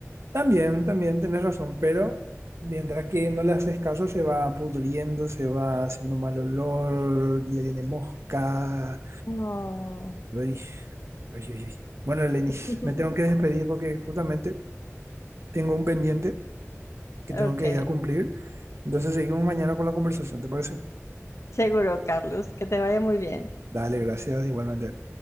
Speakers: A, on the right; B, on the left.
A: también, también tenés razón, pero mientras que no le haces caso, se va pudriendo, se va haciendo mal olor, le viene mosca,
B: Oh.
A: Uy, uy, uy, uy. Bueno, Eleni,
B: <laughs>
A: me tengo que despedir porque justamente tengo un pendiente que
B: Ok,
A: tengo que ir a cumplir. Entonces seguimos mañana con la conversación, ¿te parece?
B: seguro, Carlos, que te vaya muy bien.
A: Dale, gracias, igualmente.